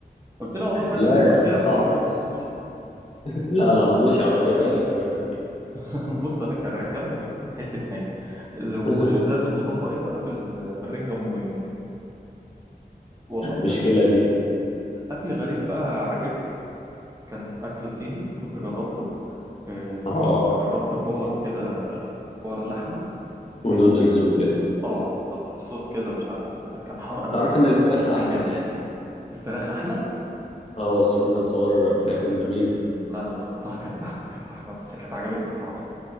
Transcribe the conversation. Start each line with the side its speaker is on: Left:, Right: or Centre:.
Right: قلت لها والله كويس
Left: لا
Right: انك قلت
Left: يا عم
Right: لي
Left: صعب
Right: عشان ما اجربش السوشي
Left: لا لا ملوش علاقة يبقى هي اللي كرهتك فيه
Right: <laughs> بص انا كر- كارهه من حته ني
Left: <laughs>
Right: وزادت وطبقت بقى بال- بالرنجة ام مايونيز والله
Left: المشكلة
Right: بجد
Left: دي
Right: اكل غريب بقى عجبني كان اكل صيني كنت جربته آه،
Left: اه
Right: كنت جربت كور كده كور لحمه في
Left: ونودلز وكده
Right: اه بالظبط في صوص كده مش عارف كان حار قوي
Left: تعرف
Right: قوي
Left: ان الفراخ
Right: بس
Left: احلى
Right: كان جامد
Left: يعني
Right: الفراخ احلى
Left: اه السويت اند صور بتاعتهم جميلة
Right: لا انا جربتها كانت لحمه كانت لحمه بس كانت عجبتني الصراحه